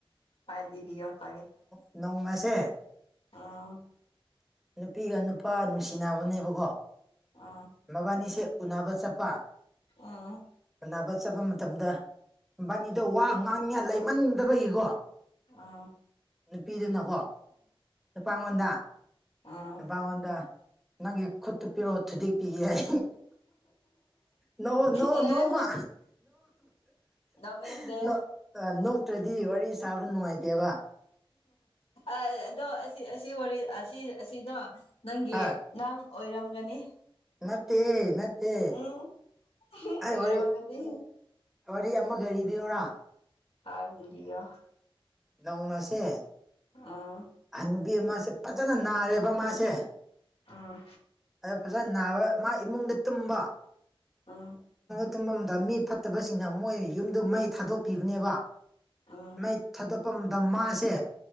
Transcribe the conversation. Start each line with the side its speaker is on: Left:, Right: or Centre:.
Left: ꯐꯥꯏꯚꯕꯤꯇꯥꯒꯦ
Centre: ꯅꯣꯡꯃꯁꯦ
Left: ꯑꯥ
Centre: ꯅꯨꯄꯤꯒ ꯅꯨꯄꯥ ꯅꯨꯡꯁꯤꯅꯕꯅꯦꯕꯀꯣ
Left: ꯎꯝ
Centre: ꯃꯕꯥꯅꯤꯁꯦ ꯎꯅꯥꯅꯕ ꯆꯠꯄ
Left: ꯑ
Centre: ꯅꯕ ꯆꯠꯄ ꯃꯇꯝꯗ ꯀꯝꯕꯥꯅꯤꯗꯣ ꯋꯥ ꯉꯥꯡꯅꯤꯉ ꯂꯩꯃꯟꯗꯕꯒꯤꯀꯣ
Left: ꯑ
Centre: ꯅꯨꯄꯤꯗꯨꯅꯀꯣ ꯅꯨꯄꯥꯉꯣꯟꯗ
Left: ꯎꯝ
Centre: ꯅꯨꯄꯥꯉꯣꯟꯗ ꯅꯪꯒꯤ ꯈꯨꯠꯇꯨ ꯄꯤꯔꯛꯑꯣ ꯊꯨꯗꯦꯛꯄꯤꯤꯈꯤꯏ ꯅꯣꯡ ꯅꯣꯡ
Left: ꯑꯦ
Centre: ꯅꯣꯡꯃ
Left: ꯅꯣꯛꯅꯤꯡꯗꯦ
Centre: ꯅꯣ ꯅꯣꯛꯇ꯭ꯔꯗꯤ ꯋꯥꯔꯤ ꯁꯥꯕ ꯅꯨꯡꯉꯥꯏꯇꯦꯕ
Left: ꯑꯗꯣ ꯑꯁꯤ ꯋꯥꯔꯤ ꯑꯁꯤ ꯑꯁꯤꯗꯣ ꯅꯪꯒꯤ
Centre: ꯍꯣꯏ
Left: ꯅꯥꯡ ꯑꯣꯏꯔꯝꯒꯅꯤ
Centre: ꯅꯠꯇꯦ ꯅꯠꯇꯦ
Left: ꯎꯝ
Centre: ꯑꯩ
Left: ꯑꯣꯏꯔꯝꯒꯅꯤ
Centre: ꯋꯥꯔꯤ ꯋꯥꯔꯤ ꯑꯃꯒꯔꯤꯔꯤꯕꯔꯥ
Left: ꯍꯥꯏꯗꯔꯤꯌꯥꯣ
Centre: ꯅꯧ ꯃꯥꯁꯦ
Left: ꯑꯥ
Centre: ꯅꯨꯄꯤ ꯑꯃꯁꯦ ꯐꯖꯅ ꯅꯥꯔꯦꯕ ꯃꯥꯁꯦ
Left: ꯑꯥ
Centre: ꯑꯗꯣ ꯐꯖꯅ ꯅꯥꯕ ꯃꯥ ꯏꯃꯨꯡꯗ ꯇꯨꯝꯕ
Left: ꯎꯝ
Centre: ꯇꯨꯝꯗ ꯃꯤ ꯐꯠꯇꯕꯁꯤꯡꯅ ꯃꯣꯏ ꯌꯨꯝꯗ ꯃꯩ ꯊꯥꯗꯣꯛꯄꯤꯕꯅꯦꯕ
Left: ꯎꯝ
Centre: ꯃꯩ ꯊꯥꯗꯣꯛꯄ ꯃꯇꯝꯗ ꯃꯥꯁꯦ